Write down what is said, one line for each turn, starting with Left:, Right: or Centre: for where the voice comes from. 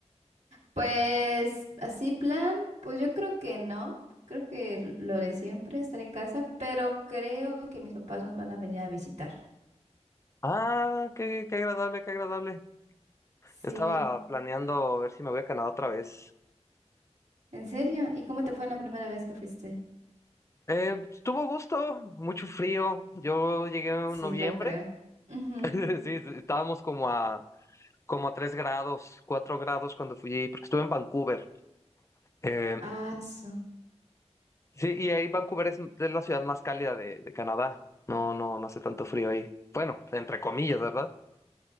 Right: Pues así plan, pues yo creo que no. Creo que lo de siempre, estar en casa, pero creo que mis papás nos van a venir a visitar.
Left: Ah, qué, qué agradable, qué agradable.
Right: Sí,
Left: Estaba planeando ver si me voy a Canadá otra vez.
Right: ¿en serio? ¿Y cómo te fue en la primera vez que fuiste?
Left: Eh, estuvo a gusto, mucho frío. Yo llegué en
Right: Sí,
Left: noviembre.
Right: lo creo. Ujú.
Left: <laughs> Sí, sí, estábamos como a, como a 3 grados, 4 grados cuando fui, porque estuve en Vancouver. Eh,
Right: Ah, su-
Left: sí, y ahí Vancouver es, es la ciudad más cálida de, de Canadá. No, no, no hace tanto frío ahí. Bueno, entre comillas, ¿verdad?